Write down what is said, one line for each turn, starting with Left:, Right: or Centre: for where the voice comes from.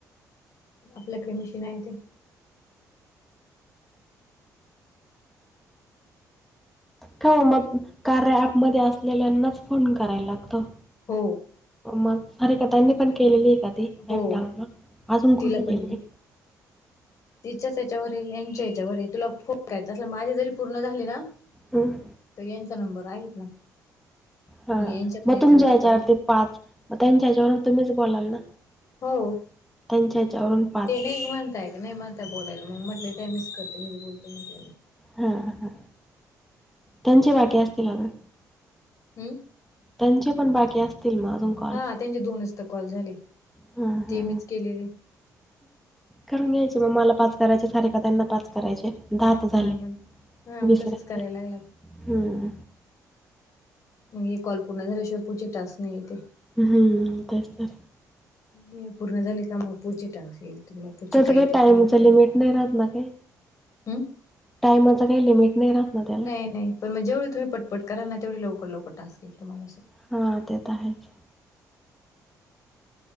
Left: आपल्याकडे मशीन आहे ते
Centre: का ओ मग कार्या ऍपमध्ये असलेल्यांनाच फोन करायला लागतो
Left: हो.
Centre: मग सारिका ताईंनी पण केलेली आहे का ती
Left: हो
Centre: ऍप डाउनलोड अजून
Left: तिला
Centre: कोणी केलीय?
Left: पण दे. तिच्याच याच्यावर यांच्या याच्यावर तुला फोन करायचा अस माझे जरी पूर्ण झाले ना
Centre: हम्म.
Left: तर यांचा नंबर आहेत ना
Centre: हा
Left: मी यांच्या पण
Centre: मग
Left: याच्यावरती
Centre: तुमच्या ह्याचवरती
Left: काढला
Centre: पाच मग त्यांच्या ह्याच्यावरून तुम्हीच बोलाल ना
Left: हो
Centre: त्यांच्या ह्याच्यावरून पाच
Left: नाही म्हणताय ते नाही म्हणताहेत बोलायला मग म्हटले द्या मीच करते मी बोलते म्हटले
Centre: हा हा त्यांची बाकी असतील अजून
Left: हम्म.
Centre: त्यांचे पण बाकी असतील म अजून कॉल
Left: हा त्यांचे दोनच तर कॉल झाले
Centre: हां हां
Left: ते मीच केलेले
Centre: करून घ्यायचे मग मला पास करायचे सारीकताईना पाच करायचे दहा तर झाले
Left: हा मग हा मग
Centre: विस
Left: तसंच
Centre: राहतील
Left: करायला लागला मग हे कॉल पूर्ण आल्याशिवाय पुढचे टास्क नाही येते
Centre: हम्म ते तर
Left: मी पूर्ण झाली का मग, पुढची टास्क येईल मग पुढची
Centre: त्याच
Left: काय
Centre: काही
Left: येते
Centre: टाइमच
Left: मला काय
Centre: लिमिट
Left: माहिती
Centre: नाही राहत ना काय
Left: हम्म
Centre: टाइमाच काही लिमिट नाही राहत ना त्याला
Left: नाही नाही पण म, जेवढे तुम्ही पट पट कराल ना तेवढे लवकर लवकर टास्क येईल तुम्हाला सु
Centre: हा ते तर आहेच